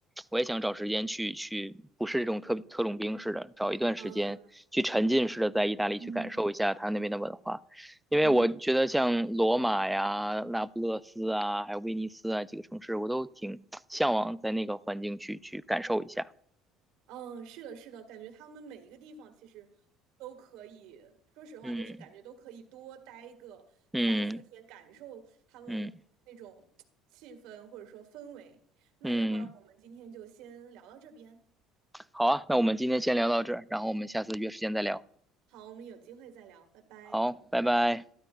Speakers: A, in the centre; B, on the right.
A: 我也想找时间去去，不是这种特特种兵式的，找一段时间去沉浸式的在意大利去感受一下他那边的文化，
B: 嗯嗯
A: 因为我觉得像罗马呀、
B: 嗯。
A: 那不勒斯啊，还有威尼斯啊几个城市，我都挺向往在那个环境去去感受一下。
B: 嗯，是的，是的，感觉他们每一个地方其实都可以，说实话，
A: 嗯
B: 就是感觉都可以多待个三四天，
A: 嗯
B: 感受他们那种气氛或者说氛围。
A: 嗯
B: 那要不然我们今天就先聊到这边，
A: 嗯，好啊，那我们今天先聊到这儿，然后我们下次约时间再聊。
B: 好，我们有机会再聊，拜拜。
A: 好，拜拜。